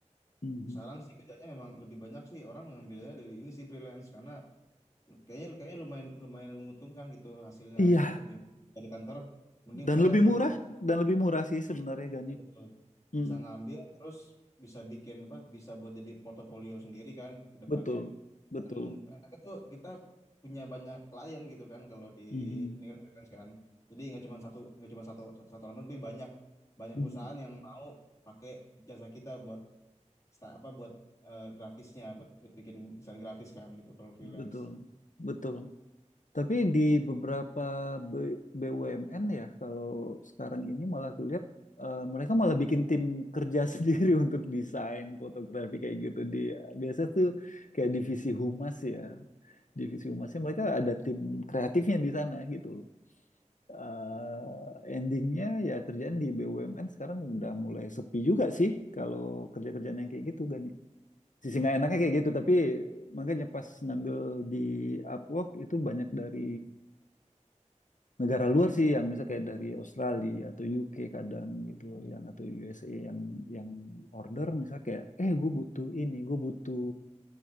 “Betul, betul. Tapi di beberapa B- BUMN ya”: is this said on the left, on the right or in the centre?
Left